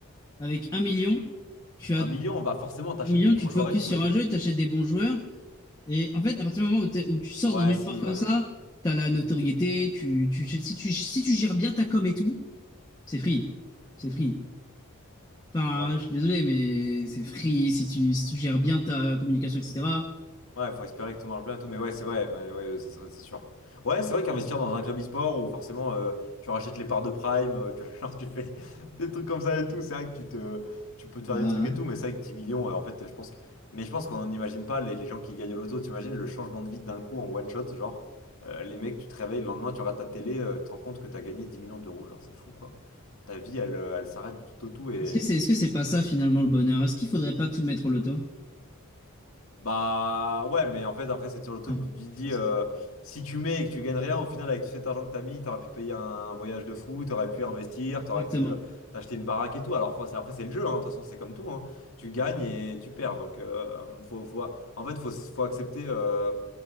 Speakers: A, on the left (about 15°); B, on the left (about 70°).
A: avec un million, tu
B: Un
A: as
B: million, bah forcément, t'achètes
A: un million,
B: des bons
A: tu te
B: joueurs
A: focuses
B: et tout,
A: sur
B: mais...
A: un jeu, t'achètes des bons joueurs et en fait à partir du moment où, t'es- où tu sors
B: Ouais,
A: de nulle
B: si,
A: part comme
B: ouais.
A: ça, t'as la notoriété, tu, tu si tu si tu gères bien ta com et tout, c'est free. C'est free. Enfin,
B: Ouais.
A: je suis désolé, mais c'est free si tu, si tu gères bien ta communication, etc.
B: Ouais, faut espérer que tout marche bien et tout, mais ouais, c'est vrai, ouais, ouais, ça serait, c'est sûr. Ouais, c'est vrai qu'investir dans un club e-sport où forcément euh, tu rachètes les parts de Prime, euh, tu vois, <laughs> genre tu fais des trucs comme ça et tout, c'est vrai que tu te, tu peux te faire
A: Ah.
B: des trucs et tout, mais c'est vrai que 10 millions, euh, en fait, je pense que, mais je pense qu'on n'imagine pas les, les gens qui gagnent au loto, t'imagines le changement de vie d'un coup en one shot, genre euh, les mecs, tu te réveilles le lendemain, tu regardes ta télé, euh, tu te rends compte que t'as gagné 10 millions d'euros, genre c'est fou quoi. Ta vie, elle, euh, elle s'arrête du tout au tout et
A: Est-ce que c'est est-ce que c'est pas ça finalement le bonheur? Est-ce qu'il faudrait pas tout mettre au loto?
B: Bah ouais, mais en fait, après, c'est toujours le truc,
A: Non,
B: tu te dis,
A: je pense
B: euh,
A: pas.
B: si tu mets et que tu gagnes rien, au final, avec tout cet argent que t'as mis, t'aurais pu te payer un voyage de fou, t'aurais pu investir, t'aurais
A: Exactement.
B: pu euh, t'acheter une baraque et tout. Alors, enfin, c'est- après, c'est le jeu, hein. De toute façon, c'est comme tout, hein. Tu gagnes et tu perds. Donc, euh, faut, faut- en fait, faut, faut accepter. euh,